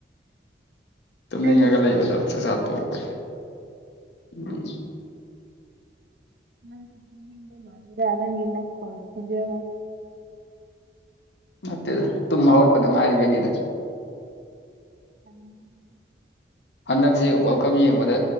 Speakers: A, on the left; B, on the right.
A: ꯇꯨꯝꯅꯤꯡꯉꯒ
B: ꯑꯩꯒꯤ ꯁꯝꯁꯦ
A: ꯂꯩꯕꯗꯣ ꯆꯥꯛꯆꯥꯥ ꯇꯣꯛꯄꯩ ꯎꯝ
B: ꯅꯪꯁꯨ ꯇꯨꯝꯅꯤꯡꯕ ꯃꯥꯜꯂꯤꯗ ꯅꯪꯒꯤ ꯅꯈꯣꯟ ꯈꯣꯟꯖꯦꯜꯗꯨ
A: ꯅꯠꯇꯦꯗ ꯇꯨꯝ ꯍꯧꯒꯠꯄꯗ ꯉꯥꯏꯔꯤꯕꯩꯅꯤꯗ
B: <unintelligible>
A: ꯍꯟꯗꯛꯁꯦ ꯋꯥ꯭ꯔꯜ ꯀꯞ ꯌꯦꯡꯕꯗ